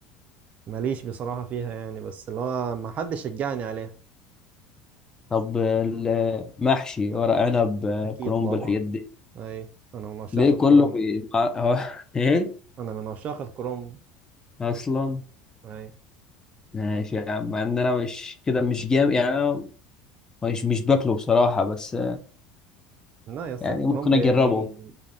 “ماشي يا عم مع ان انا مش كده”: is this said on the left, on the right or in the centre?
Left